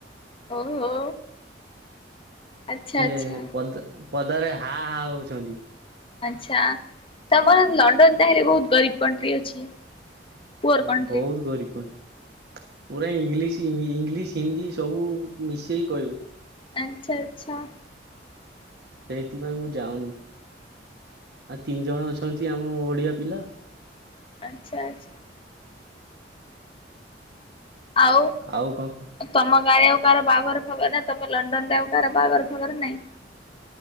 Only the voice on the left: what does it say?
ଓହୋ। ଆଚ୍ଛା
ଆଚ୍ଛା
ଆଚ୍ଛା ତମର ଲଣ୍ଡନ ତାହେଲେ ବହୁତ ଗରିବ କଣ୍ଟ୍ରି ଅଛି। ପୁଅର
କଣ୍ଟ୍ରି
ଆଚ୍ଛା ଆଚ୍ଛା।
ଆଚ୍ଛା ଆଚ୍ଛା। ଆଉ।
ତମ ଗାଁରେ ଆଉ କାହାର ବାଗର ଫାଗର ନା ତମ ଲଣ୍ଡନ ରେ ଆଉ କାହାର ବାଗର ଫାଗର ନାଇଁ।